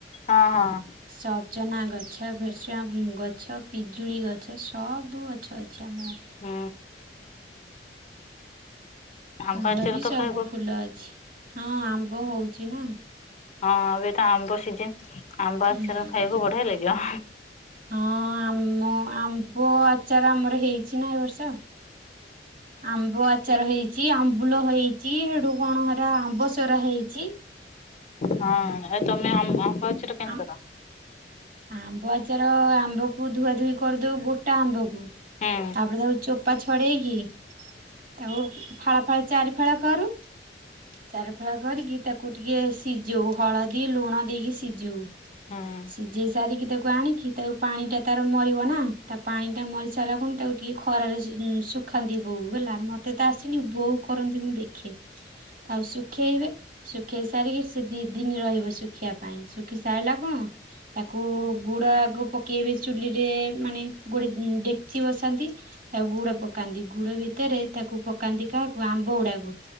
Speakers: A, on the left; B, on the right.
A: ହଁ ହଁ।
B: ସଜନା ଗଛ, ଭେସଙ୍ଗା ଗଛ, ପିଜୁଳି ଗଛ ସବୁ ଗଛ ଅଛି ଆମର।
A: ହୁଁ।
B: ଫୁଲ
A: ଆମ୍ବ ଆଚାର
B: ବି
A: ତ
B: ସବୁ
A: ଖାଇବୁ
B: ଫୁଲ ଅଛି ହଁ ଆମ୍ବ ହଉଛି ନା।
A: ହଁ ଏବେ ତ ଆମ୍ବ ସିଜିନ୍। ଆମ୍ବ
B: ହୁଁ।
A: ଆଚାର ଖାଇବାକୁ ବଢିଆ ଲାଗିବ।
B: ହଁ ଆମ ଆମ୍ବ ଆଚାର ଆମର ହେଇଛି ନା ଏ ବର୍ଷ। ଆମ୍ବ ଆଚାର ହେଇଛି ଆମ୍ବୁଲ ହେଇଛି ସେଠୁ କଣ ହେରା ଆମ୍ବ ସେରା ହେଇଛି।
A: ହଁ ଆ ତମେ ଆମ୍ବ ଆଚାର କେମିତି
B: ଆମ
A: କର?
B: ଆମ୍ବ ଆଚାର ଆମ୍ବକୁ ଧୁଆ ଧୁଇ କରିଦଉ ଗୋଟା ଆମ୍ବକୁ।
A: ହୁଁ
B: ତାପରେ ତାକୁ ଚୋପା ଛଡେଇକି ତାକୁ ଫାଳ ଫାଳ ଚାରି ଫାଳ କରୁ‌। ଚାରି ଫାଳ କରିକି ତାକୁ ଟିକେ ସିଝଉ ହଳଦୀ ଲୁଣ ଦେଇକି ସି ସିଯଉ।
A: ହଁ।
B: ସିଝେଇ ସାରିକି ତାକୁ ଆଣିକି ତାକୁ ପାଣି ଟା ତାର ମରିବ ନା ତା ପାଣି ଟା ମ ଚାଲ କଣ ତାକୁ ଟିକେ ଖରାରେ ଶୁଖାନ୍ତି ବୋଉ ହେଲା ମତେ ତ ଆସିନି ବୋଉ କରନ୍ତି ମୁଁ ଦେଖେ ତାଉ ସେ ଶୁଖେଇବେ। ଶୁଖେଇ ସାରିକି ସେ ଦି ଦିନି ରହିବ ଶୁଖିବା ପାଇଁ ଶୁଖି ସାରିଲା କଣ। ତାକୁ ଗୁଡ ଆଗ ପକେଇବେ ଚୁଲି ରେ ମାନେ ଗୋଟେ ଡେକଚି ବସାନ୍ତି। ତାକୁ ଗୁଡ ପକାନ୍ତି ଗୁଡ ଭିତରେ ତାକୁ ପକାନ୍ତି କାହାକୁ। କୁ ଆମ୍ବ ଗୁଡାକୁ